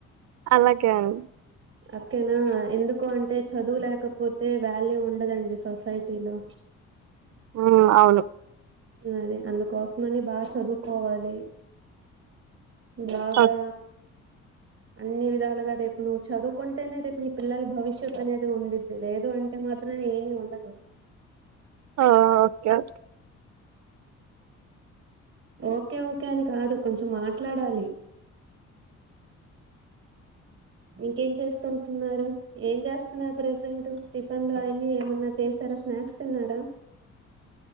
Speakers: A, on the right; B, on the right.
A: అలాగే అండి
B: అక్కేనా ఎందుకు అంటే చదువు లేకపోతే వాల్యూ ఉండదండి సొసైటీలో
A: ఉ అవును
B: అరే అందుకోసమని బాగా చదువుకోవాలి బాగా
A: ఓకే.
B: అన్ని విధాలుగా రేపు నువ్వు చదువుకుంటేనే రేపు నీ పిల్లల భవిష్యత్ అనేది ఉండిద్ది లేదు అంటే మాత్రం ఏమి ఉండదు
A: ఆ ఓకే ఓకే
B: ఓకే ఓకే అని కాదు కొంచెం మాట్లాడాలి ఇంకేం చేస్తుంటున్నారు ఏం జాస్తున్నారు ప్రెసెంట్ టిఫన్ లో అయిన్ని ఏమన్నా తి ఏసారా స్నాక్స్ తిన్నారా